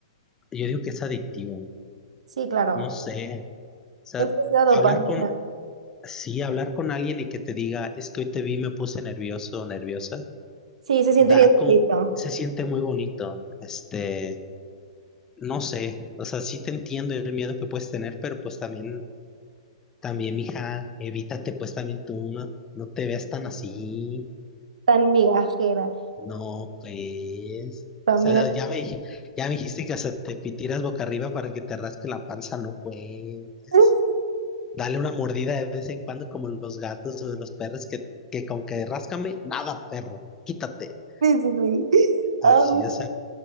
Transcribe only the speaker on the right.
sí, claro,
es que es la dopamina.
Sí, se siente
bien bonito,
tan migajera,
tu amiga.
<laughs>
Sí, sí, sí.
Ay,